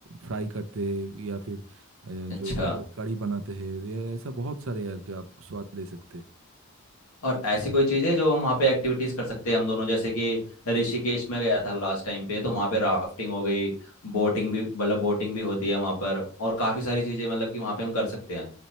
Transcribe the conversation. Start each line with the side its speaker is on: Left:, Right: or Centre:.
Right: फ्राई करते हैं या फिर अ, जो
Left: अच्छा
Right: होता है कड़ी बनाते हैं ये ऐसा बहुत सारे यार के आप स्वाद ले सकते हैं
Left: और ऐसी कोई चीज़ है जो हम वहाँ पे एक्टिविटीज कर सकते हैं हम दोनों जैसे कि ऋषिकेश में गया था लास्ट टाइम पे तो वहाँ पे राफ्टिंग हो गई बोटिंग भी मतलब बोटिंग भी होती है वहाँ पर और काफ़ी सारी चीज़ें मतलब कि वहाँ पे हम कर सकते हैं